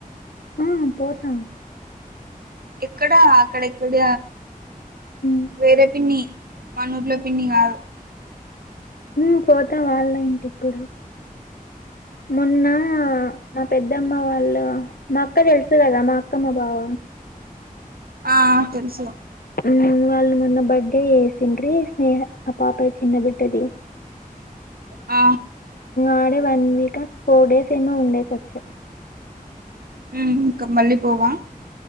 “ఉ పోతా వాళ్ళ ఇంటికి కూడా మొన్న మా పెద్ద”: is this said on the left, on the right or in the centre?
Left